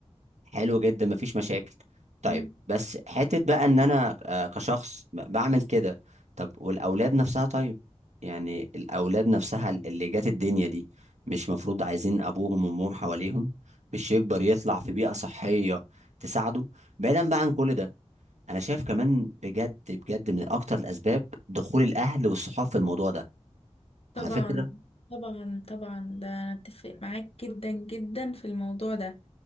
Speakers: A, on the right; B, on the left.
A: حلو جدا مفيش مشاكل طيب
B: يعني
A: بس حته بقى ان انا آه، كشخص ب- بعمل كده طب والاولاد نفسها طيب يعني الاولاد نفسها اللي جات الدنيا دي مش مفروض عايزين ابوهم وامهم حواليهم مش يكبر يطلع في بيئه صحيه تساعده بعيدا بقى عن كل ده انا شايف كمان بجد بجد من اكتر الاسباب دخول الاهل والصحاب في الموضوع ده
B: طبعا
A: على فكره
B: طبعا طبعا ده انا اتفق معاك جدا جدا في الموضوع ده